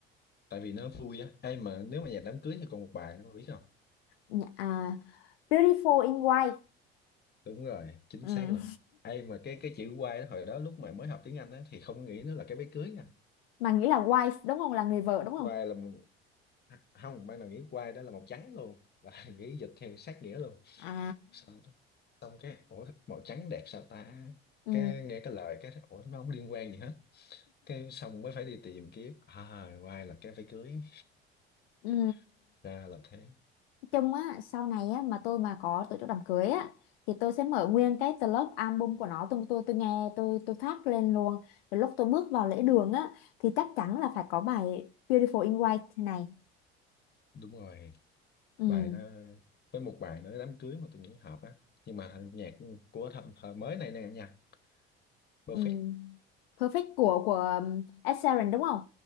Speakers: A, on the left; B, on the left.
A: tại vì nó vui á ai mà nếu mà nhà đám cưới thì còn một bài nữa mà biết không
B: Nhạc- à, Beautiful in White
A: đúng rồi chính
B: ừ.
A: xác luôn ai mà cái cái chữ quay đó hồi đó lúc mà mới học tiếng Anh á thì không nghĩ nó là cái váy cưới à
B: mà nghĩ là wife đúng không là người vợ đúng không
A: quay là một- không ban đầu nghĩ quay đó là màu trắng luôn và <laughs> nghĩ dịch theo sát nghĩa luôn
B: à
A: xong xong cái ủa màu trắng đẹp sao ta
B: ừ.
A: cái nghe cái lời cái ủa nó không liên quan gì hết cái xong mới phải đi tìm kiếm à ngoài là cái váy cưới
B: Ừ.
A: <laughs> ra là thế
B: chung á sau này á mà tôi mà có tổ chức đám cưới á thì tôi sẽ mở nguyên cái club album của nó tôi tôi tôi nghe tôi tôi phát lên luôn rồi lúc tôi bước vào lễ đường á thì chắc chắn là phải có bài Beautiful in White này
A: đúng rồi
B: ừ
A: bài đó với một bài nữa đám cưới mà tôi nghĩ hợp á nhưng mà nhạc của thầm thời mới này nè nha perfect
B: ừ Perfect của của um, Ed Sheeran đúng không